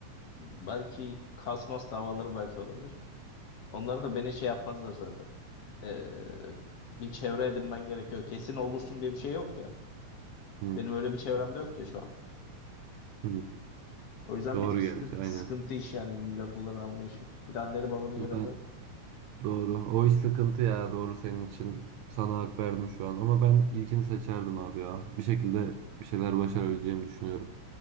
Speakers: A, on the left; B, on the right.
A: belki kasmas davaları belki olabilir. Onları da beni şey yapmazlar zaten. Ee, bir çevre edinmen gerekiyor. Kesin olursun diye bir şey yok ya.
B: Hı,
A: Benim öyle bir çevremde yok ya şu an.
B: hı.
A: O yüzden
B: Doğru
A: bir tık
B: geldi
A: sıkıntı,
B: aynen.
A: sıkıntı iş yani bir milyon dolar alma işi. Bir de anneni babanı
B: Ben
A: göremiyorsun.
B: Doğru. O iş sıkıntı ya. Doğru senin için. Sana hak verdim şu an. Ama ben ilkini seçerdim abi ya. Bir şekilde bir şeyler başarabileceğimi düşünüyorum.